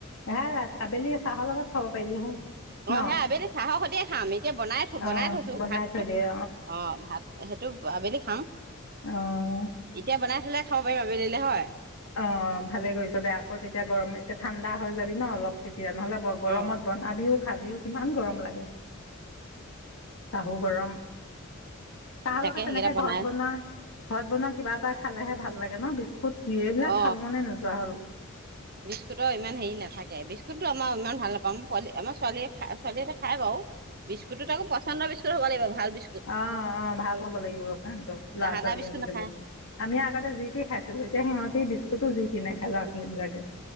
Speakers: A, on the left; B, on the right.
A: হে আবেলি চাহৰ লগত খাব পাৰিলি হয়। ন
B: অ সেয়া আবেলি চাহৰ সৈতে খাম, এতিয়া বনাই থ বনাই
A: অ',
B: থৈছো
A: বনাই
B: ভাত
A: থৈ
B: তোক।
A: দিয়ে
B: অ ভাত সেইটো আবেলি খাম
A: অ'।
B: এতিয়া বনাই থলেই খাব পাৰিম আবেলিলে হয়।
A: অ ভালে কৰিছ দে, আকৌ তেতিয়া গৰম এতিয়া ঠাণ্ডা হৈ যাদি ন অলপ তেতিয়া নহ'লে গৰমত
B: অ
A: বন আমিও খাবিও কিমান গৰম লাগে চাহ হু গৰম চাহ
B: তাকে
A: লগত
B: সেইকেইটা
A: তেনেকে
B: বনাই
A: ঘৰত বনোৱা ঘৰত বনোৱা কিবা এটা খালেহে ভাল লাগে ন বিস্কুট কি এইবিলাক
B: অ
A: খাব মনে নোযোৱা হ'ল
B: বিস্কুতৰ ইমান হেৰি নাথাকে বিস্কুত বিস্কুটো আমাৰ ইমান ভাল নাপাও, আমাৰ ছোৱালীয়ে খ ছোৱালীয়ে এটা খাই বাৰু বিস্কুট তাকো পচন্দৰ বিু হব লাগিব ভাল বিস্কুট
A: অ অ ভাল হব লাগিব সিহতো ল'ৰা
B: জাহা
A: ছোৱালী
B: তাহা বিস্কুট
A: আজিকালি
B: নাখায়
A: আমি আগতে যি তি খাইছিলো, এতিয়া সিহঁতি বিস্কুতো যি তি নাখায় লৰা ছোৱালীবিলাকে